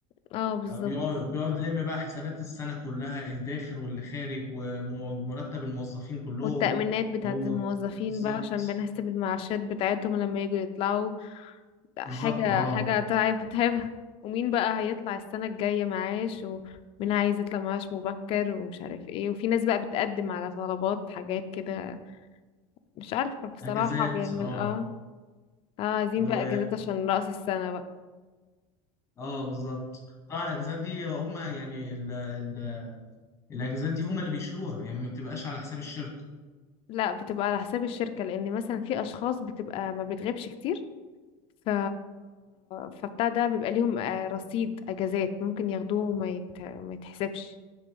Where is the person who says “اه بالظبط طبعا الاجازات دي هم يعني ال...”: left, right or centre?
Left